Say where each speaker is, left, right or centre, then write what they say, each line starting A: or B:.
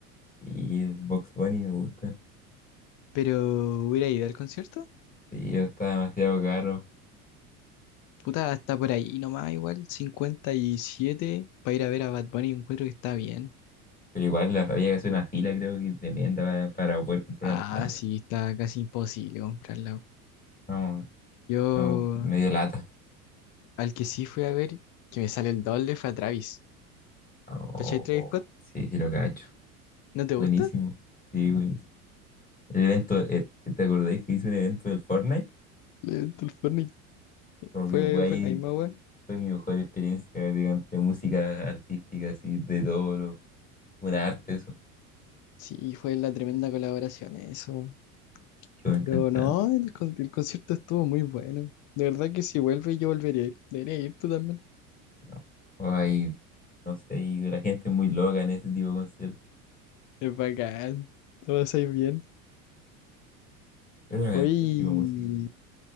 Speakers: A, on the left (about 20°); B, on the left (about 45°).
A: Y Box Bunny me gusta.
B: Pero hubiera ido al concierto.
A: Sí, yo estaba demasiado caro.
B: Puta, está por ahí nomás igual, 57 para ir a ver a Bad Bunny, encuentro que está bien.
A: Pero igual la- había que hacer una fila, creo que tremenda para, para poder comprar
B: Ah,
A: una entrada.
B: sí, está casi imposible comprarla.
A: No,
B: Yo
A: no, medio lata.
B: al que sí fui a ver, que me sale el doble, fue a Travis.
A: Oh,
B: ¿Cachai Travis Scott?
A: sí, sí lo cacho.
B: ¿No te
A: Buenísimo.
B: gusta?
A: Sí, buenísimo. El evento, eh, ¿te acordáis que hice un evento del Fortnite?
B: Le- del Fortnite.
A: Como
B: Fue,
A: que fue ahí,
B: fue la misma web.
A: fue mi mejor experiencia digamos, de música artística, así, de todo lo, buena arte, eso,
B: Sí, fue la tremenda colaboración eso.
A: que me
B: Pero
A: encanta.
B: no, el, con- el concierto estuvo muy bueno. De verdad que si vuelve yo volvería a ir. Debería ir tú también.
A: No. O hay, no sé, y la gente es muy loca en ese tipo de conciertos.
B: Es bacán. Lo pasáis bien.
A: Es una
B: Oye,
A: tipo de música.